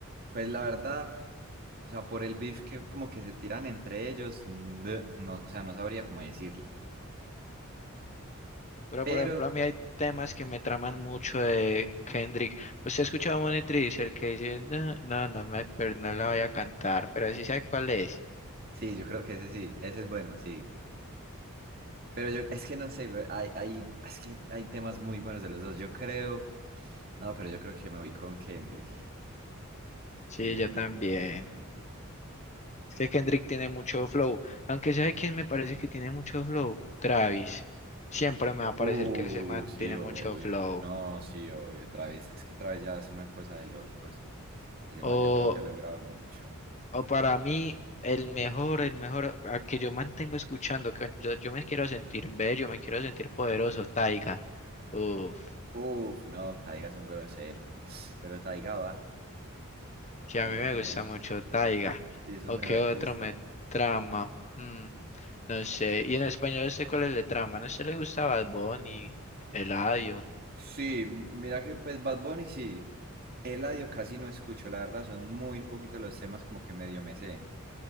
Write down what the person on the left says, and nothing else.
Pero,
por ejemplo, a mí hay temas que me traman mucho de Kendrick. ¿Usted ha escuchado a Money Trees, el que dice, no, no, no me acuerdo, no la voy a cantar, pero sí sabe cuál es?
Sí,
yo
también.
Es que Kendrick tiene mucho flow. Aunque sabe quién me parece que tiene mucho flow. Travis. Siempre me va a parecer
que ese man
tiene
mucho flow.
O,
o para mí, el mejor, el mejor, a que yo mantengo escuchando, que yo, yo me quiero sentir bello, me quiero sentir poderoso, Taiga. Uf,
sí, a
mí me
gusta
mucho Taiga.
¿O
qué
otro me trama? Mm, no sé. Y en español, sé cuál es el trama? No sé, le gusta Bad Bunny, Eladio.